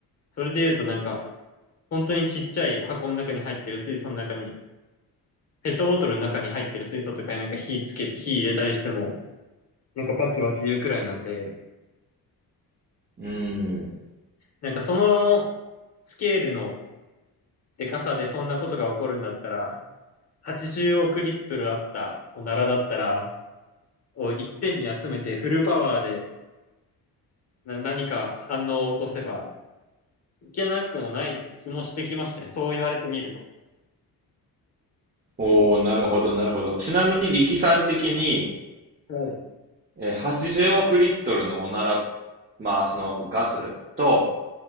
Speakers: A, on the left (about 40°); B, on the right (about 25°).
A: それで言うとなんか、本当にちっちゃい箱の中に入ってる水素の中に、ペットボトルの中に入ってる水素とかになんか火つけ、火入れたりしても、なんかバチバチ言うくらいなんで、
B: うーん。
A: なんかそのスケールのでかさでそんなことが起こるんだったら、80億リットルあったおならだったら、を一点に集めてフルパワーでな何か反応を起こせばいけなくもない気もしてきましたね。そう言われてみると。
B: おー、なるほど、なるほど。ちなみに力さん的に、
A: はい、
B: えー80億リットルのおなら、まあそのガスと、